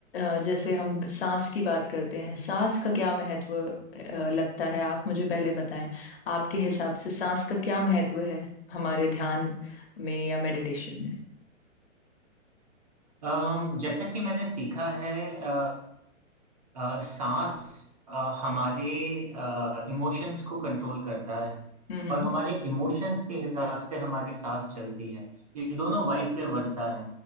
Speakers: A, on the left; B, on the right.
A: अ, जैसे हम सांस की बात करते हैं सांस का क्या महत्व अ, लगता है आप मुझे पहले बताएं आपके हिसाब से सांस का क्या महत्व है हमारे ध्यान में या मेडिटेशन में
B: अम, जैसा कि मैंने सीखा है अ, अ, सांस अ, हमारे इमोशंस को कंट्रोल करता है
A: हम्म
B: और हमारे इमोशंस के हिसाब से हमारी सांस चलती है ये दोनों वाइस वर्सा है